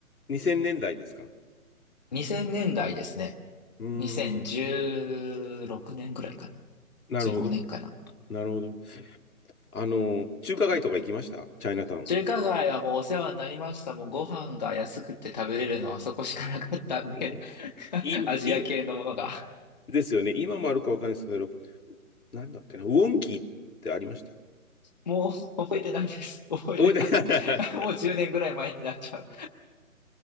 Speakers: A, on the left; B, on the left.
A: 2000年代ですか
B: 2000年代ですね。
A: うー
B: 2016年ぐらいかな。
A: ん、なるほど、
B: 15年かな。
A: なるほど。あの、中華街とか行きましたチャイナタウン。
B: 中華街はもうお世話になりました。もうご飯が安くて食べれるのはあそこしかなかったんで、
A: うん
B: <laughs>
A: いい、
B: アジア系のものが。
A: いいですよね。今もあるかわかんないですけど、なんだっけな、ウォンキーってありました
B: もう覚えてないです。覚えてない。
A: 覚えてない
B: <laughs> もう10年ぐらい前になっちゃう。